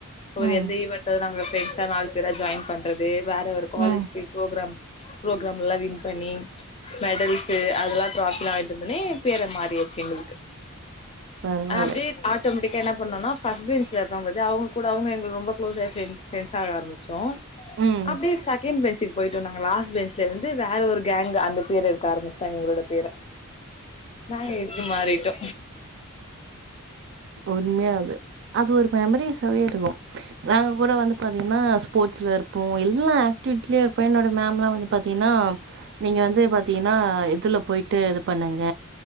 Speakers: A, on the left; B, on the right.
A: ஒரு
B: ம்
A: எந்த ஈவென்ட் நாங்க ஃபிரண்ட்ஸா நாலு பேரா ஜாயின் பண்றதெ வே இல்ல ஒரு காலேஜ்
B: ம்
A: போய் ப்ரோக்ராம் ப்ரோக்ராம் எல்லா வின் பண்ணி மெடல்ஸ்ஸு அதெல்லா ட்ராஃப்பில்லா வாங்ட்டு வந்தவுட்னே எம்பேர மாறியாச்சு எங்கள்
B: பரவால்ல
A: அப்டியே ஆட்டோமெட்டிக் க்கு என்ன பண்ணுனா ஃபஸ்ட் பென்ச்ல இருப்பாங்க பாத்தியா அவுங் கூ ட அவுங்க எங்களுக் ரொம்ப க்ளோஸாயிர்ச்சி <unintelligible> ஃப்ரண்ட்ஸ் ஆக ஆரம்பிச்சோ
B: ம்
A: அப்டியே செகண்ட் பென்ச்சிக் போய்ட்டோ நாங்க லாஸ்ட் பென்ச்ல இருந்து வேற ஒரு கேங் அந்த பேர எடுக்க ஆரம்பிச்சிட்டாங்க எங்களோட பேர நா எக்கு மாறிட்டோ
B: உண்மையா அது அது ஒரு மெமரிஸ் ஸாவே இருக்கு நாங்க கூட வந்து பாத்தீங்கனா ஸ்போட்ஸ்ல இருப்போ எல்லா ஆக்ட்டிவிட்லயு என்னோட மேம்லா வந்து பாத்தீங்கனா நீங்க வந்து பாத்தீன்னா இதுல போய்ட்டு இது பண்ணுங்க